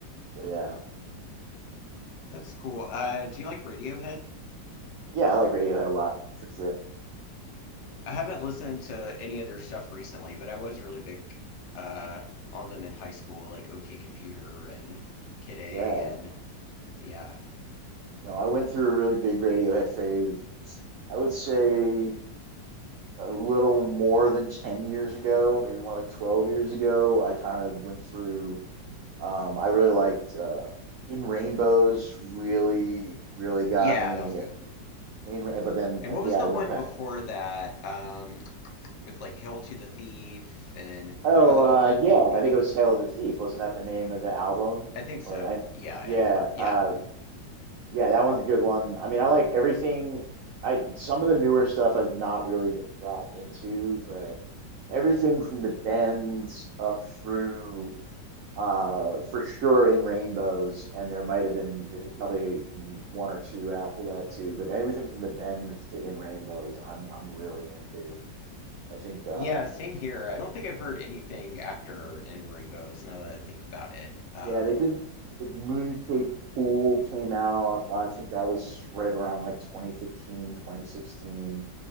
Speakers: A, on the right; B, on the left.
A: so yeah
B: That's cool. Uh, do you like Radiohead?
A: yeah i like radiohead a lot for sure
B: I haven't listened to any of their stuff recently, but I was really big uh, on them in high school, like OK Computer and Kid A
A: yeah
B: and yeah.
A: no i went through a really big radiohead phase i would say a little more than 10 years ago maybe more like 12 years ago i kind of went through um i really liked uh in rainbows really really got
B: Yeah,
A: me
B: that was a good one.
A: in, Ra- but then
B: And
A: like
B: what
A: yeah
B: was the
A: i went
B: one
A: back
B: before that? Um, with like Hail to the Thief and
A: Oh,
B: or was
A: uh,
B: it called Hail
A: yeah,
B: to the Thief?
A: I think it was Hail to the Thief. Wasn't that the name of the album?
B: I think so.
A: Or I,
B: Yeah, and
A: yeah,
B: the first yeah.
A: uh, yeah, that one's a good one. I mean, I like everything. I some of the newer stuff I've not really been that into, but everything from the bends up through, uh, for sure in Rainbows, and there might have been there's probably one or two after that too, but everything from the bends to in Rainbows, I'm I'm really into. I think um,
B: Yeah, same here. I don't think I've heard anything after In Rainbows now that I think about it. Um,
A: Yeah, they did like Moon Cape Pool came out. uh, I think that was right around like 2015, 2016.